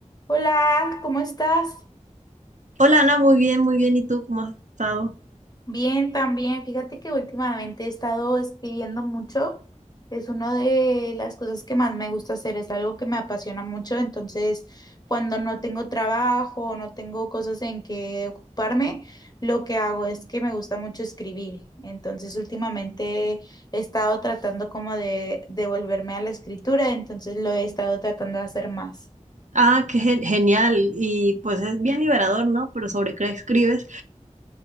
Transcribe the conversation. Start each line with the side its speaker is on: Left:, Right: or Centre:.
Left: Hola, ¿cómo estás?
Right: Hola Ana, muy bien, muy bien. ¿Y tú cómo has estado?
Left: Bien, también. Fíjate que últimamente he estado escribiendo mucho. Es una de las cosas que más me gusta hacer, es algo que me apasiona mucho. Entonces, cuando no tengo trabajo, o no tengo cosas en que ocuparme, lo que hago es que me gusta mucho escribir. Entonces, últimamente he estado tratando como de devolverme a la escritura, entonces lo he estado tratando de hacer más.
Right: Ah, qué gen- genial. Y pues es bien liberador, ¿no? Pero sobre qué escribes.